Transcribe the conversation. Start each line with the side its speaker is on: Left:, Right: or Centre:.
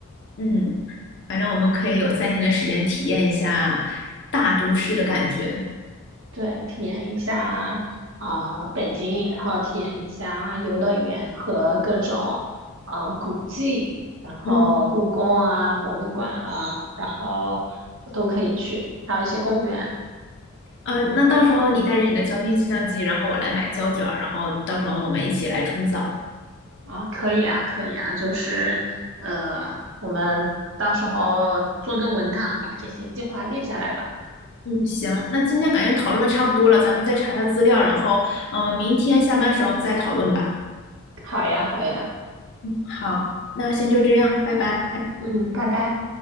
Left: 嗯，反正我们可以有三天的时间体验一下大都市的感觉。
Right: 对，体验一下啊、呃北京，然后体验一下游乐园和各种嗯、呃古迹，然后故宫啊、
Left: 嗯，
Right: 博物馆啊，然后都可以去，还有一些公园。
Left: 呃，那到时候你带着你的胶片相机，然后我来买胶卷儿，然后到时候我们一起来冲扫。
Right: 啊，可以啊，可以啊，就是呃，我们到时候做个文档，把这些计划列下来吧。
Left: 嗯，行，那今天感觉讨论的差不多了，咱们再查查资料，然后，嗯、明天下班时候再讨论吧。
Right: 好呀，好呀，
Left: 好，那先就这样，拜拜。
Right: 嗯，拜拜。